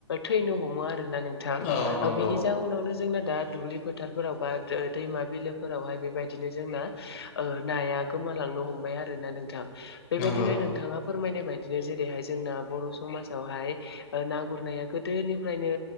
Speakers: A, on the left (about 55°); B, on the left (about 35°).
A: थैनो हमो आर ना नोंथां
B: औ नंगौ
A: बेनि जाउनावनो जोंना दा दुब्लिफोर फोथारफोराव बा दैमा बिलोफोरावहाय बेबायदिनो जोंना नाया गोमालांनो हमबाय आरोना नोंथां बेबायदिनो
B: नंगौ
A: नोंथाङा फोरमायनाय बायदिनो जेरैहाय जोंना बर' समाजावहाय ना गुरनाया गोदोनिफ्रायनो